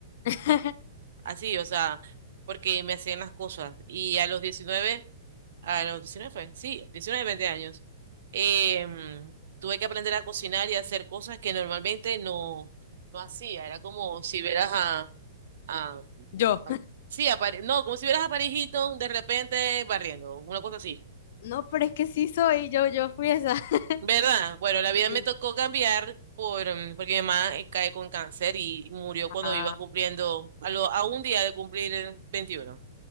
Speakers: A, on the left (about 50°); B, on the right (about 65°).
A: <laughs>
B: así, o sea, porque me hacían las cosas. Y a los diecinueve, a los diecinueve fue, sí, 19 20 años, em, tuve que aprender a cocinar y a hacer cosas que normalmente no, no hacía. Era como si vieras a, a,
A: Yo.
B: a- sí, a Pare- no, como si vieras a Paris Hilton de repente barriendo, una cosa así.
A: No, pero es que sí soy, yo, yo fui esa. <laughs>
B: ¿Verdad? Bueno, la vida
A: Sí.
B: me tocó cambiar por, mm, porque mi mamá eh, cae con cáncer y murió cuando
A: Ah,
B: iba cumpliendo, a, lo- a un día de cumplir eh, 21.